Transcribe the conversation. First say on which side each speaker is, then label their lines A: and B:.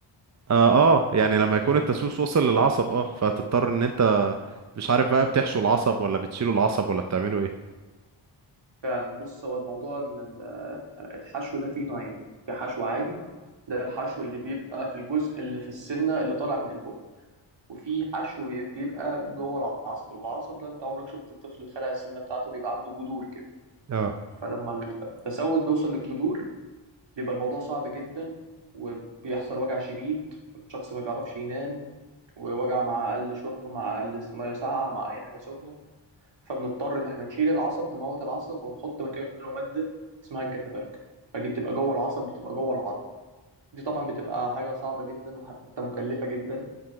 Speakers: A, on the right (about 35°); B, on the right (about 65°).
A: اه اه يعني لما يكون التسويس وصل للعصب اه فتضطر ان انت مش عارف بقى بتحشو العصب ولا بتشيلوا العصب ولا بتعملوا ايه
B: فعلا بص هو الموضوع ان ال- آه، الحشو ده فيه نوعين في حشو عادي ده الحشو اللي بيبقى في الجزء اللي في السنة اللي طالع من البق وفي حشو بيبقى جوه العصب العصب ده انت عمرك شفت الطفل خلع السنة بتاعته بيبقى عنده جذور كده
A: اه
B: فلما التسود بيوصل للجذور بيبقى الموضوع صعب جدا وبيحصل وجع شديد والشخص ما بيعرفش ينام ووجع مع أقل شرب مع أقل مية ساقعة مع أي حاجة سخنة فبنضطر إن إحنا نشيل العصب نموت العصب ونحط مكانه مادة اسمها الجتابرك فدي بتبقى جوه العصب بتبقى جوه العظم دي طبعا بتبقى حاجة صعبة جدا وحتى مكلفة جدا